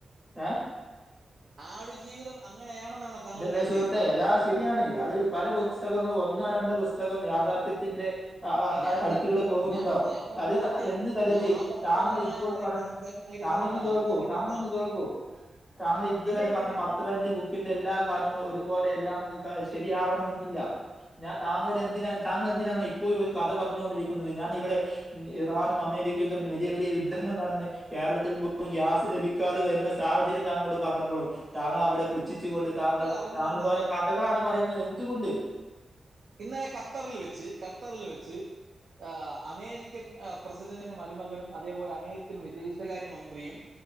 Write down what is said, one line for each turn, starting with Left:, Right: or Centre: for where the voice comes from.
Centre: ഏഹ്
Right: ആടുജീവിതം അങ്ങനെ ആണന്നാണൊ താങ്കൾ
Centre: എന്റെ പ്രിയ
Right: കരുതിയത്.
Centre: സുഹൃത്തെ ആ ശരിയാണ് അതിൽ പല പുസ്തകങ്ങളും ഒന്നോ രണ്ടോ പുസ്തകം യാഥാർത്ഥ്യത്തിന്റെ ആ
Right: ഞാൻ
Centre: ആഅടുത്തലൂടെ
Right: യ- ഞാൻ
Centre: പോകുന്നുണ്ടാവും
Right: ഞാൻ യാഥാർത്ഥ്യം
Centre: അത് എന്ന് കരുതി
Right: യാഥാർത്ഥ്യപരമായ
Centre: താങ്കൾ ഇപ്പോൾ
Right: കാര്യങ്ങളെ
Centre: പറഞ്ഞ
Right: സംസാരിക്കാൻ ആഗ്രഹിക്കുന്ന
Centre: താങ്കൾ
Right: ആളാണ്
Centre: ഒന്ന് കേൾക്കൂ
Right: മനസ്സിലാക്കണം
Centre: താങ്കൾ ഒന്ന് കേൾക്കൂ താങ്കൾ ഇത്
Right: ഇല്ല
Centre: വരെ
Right: ഇല്ല
Centre: പറഞ്ഞ
Right: ഞാൻ
Centre: പത്ത്
Right: ഞാൻ-
Centre: പതിനഞ്ച് ബു ക്ക് എന്റെ എല്ലാ കാര്യങ്ങളും ഒരുപോലെ എല്ലാം <unintelligible> ശരിയാവണമെന്നില്ല ഞാൻ താങ്കളോട് എന്തിന താങ്കൾ എന്തിനാണ് ഇപ്പോഴും ഒരു കഥ പറഞ്ഞൊണ്ടിരി വന്നത് ഞാൻ ഇവടെ ഇറാനും അമേരിക്കിം തമ്മി വലിയ വലിയ യുദ്ധങ്ങൾ നടന്ന് കേരളത്തിൽ പോലും ഗ്യാസ് ലഭിക്കാതെ വര്ന്ന സാഹചര്യം താങ്കളോട് പറഞ്ഞപ്പോളും താങ്കൾ അവിടെ പുച്ഛിച് കൊണ്ട് താങ്കൾ
Right: അറിഞ്ഞു
Centre: താങ്കളുടെ
Right: കാണണം
Centre: ഓരോ കഥകളാണ് പറയുന്നത് എന്ത്കൊണ്ട്
Right: ഇന്നലെ ഖത്തറിൽ വെച്ച് ഖത്തറിൽ വെച്ച് ആഹ് അമേരിക്കൻ പ്രസിഡന്റിന്റെ മരുമകനും അതേപോലെ അമേരിക്കൻ വിദേശകാര്യ മന്ത്രിയും